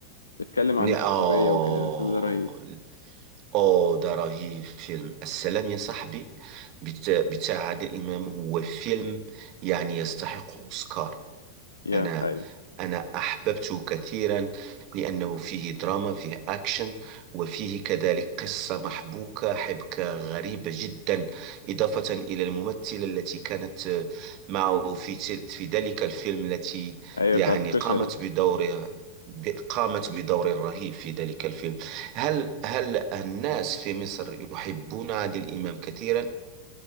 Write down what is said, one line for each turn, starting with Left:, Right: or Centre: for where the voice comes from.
Left: بيتكلم عن
Right: ن-
Left: الصحوبيه
Right: آه
Left: وكده الفيلم ده رهيب
Right: آه ده رهيب فيلم السلام يا صاحبي بتاع, بتاع عادل إمام هو فيلم يعني يستحق أوسكار
Left: يا
Right: أنا
Left: ايوه
Right: أنا أحببته كثيرا لأنه فيه دراما فيه أكشن وفيه كذلك قصة محبوكة حبكة غريبة جدا إضافة إلى الممثلة التي كانت آه، معه في تل- في ذلك الفيلم التي
Left: ايوه
Right: يعني
Left: بتاعت الكشري
Right: قامت
Left: <laughs>
Right: بدورها ب- قامت بدور رهيب في ذلك الفيلم هل هل الناس في مصر يحبون عادل إمام كثيرا؟